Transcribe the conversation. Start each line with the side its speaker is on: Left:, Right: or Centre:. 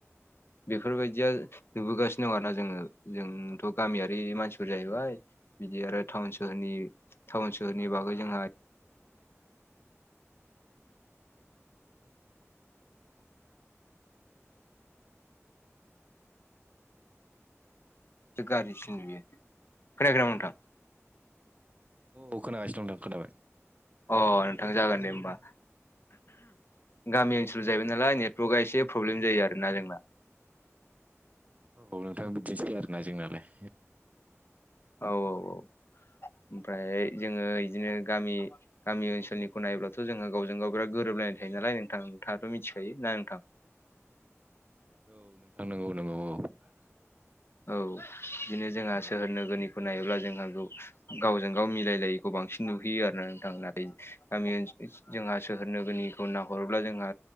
Left: बेफोरबायदिया नुबोगासिनो दं आरो ना जोङो जोंथ' गामियारि मानसिफोर जाहैबाय। बिदि आरो टाउन सोहोरनि टाउन सोहोरनि बागै जोंहाबो गाज्रिसिन बियो खोन खोनायाखै नोंथांना।
Right: औ खोनागासिनो दं नोंथां
Left: अ नोंथां जागोन दे होमबा? गामि ओनसोलाव जाहैबाय नालाय नेटवर्कआ एसे प्रब्लेम जायो आरोना जोंना
Right: औ नोंथां बिदिनोसै आरो ना जोंनालायो
Left: औ औ औ ओमफ्राय जोङो बिदिनो गामिनि गामि ओनसोलखौ नायोबब्लाथ' जोंहा गावजों गाव बिराद गोरोबलायनाय थायो नालाय नोंथां नोंथाङाथ' मिथिखायो ना नोंथां।
Right: औ नोंथां नंगौ नंगौ औ। <unintelligible>
Left: औ बिदिनो जोंहा सोहोर नोगोरनिखौ नायोब्ला जोंहा गावजों गाव मिलायलायै खौ बांसिन नुहैयो आरो ना नोंथां नाथाय गामि ओनसोल जोंहा सोहोरनोगोरनिखौ नाहरोब्ला जोंहा